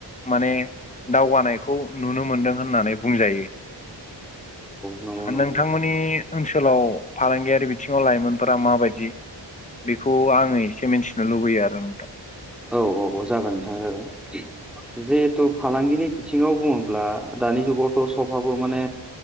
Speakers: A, on the left; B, in the centre.
A: माने दावगानायखौ नुनो मोनदों होननानै बुंजायो
B: नंगौ नंगौ
A: नोंथांमोननि ओनसोलाव
B: दा
A: फालांगियारि बिथिङाव लाइमोनफोरा माबायदि बेखौ आङो एसे मिथि नो लुबैयो आरो नोंथां
B: औ औ औ जागोन नोंथां जागोन जिहेथु फालांगिनि बिथिङाव बुङोब्ला दानि जुगावथ सबहाबो माने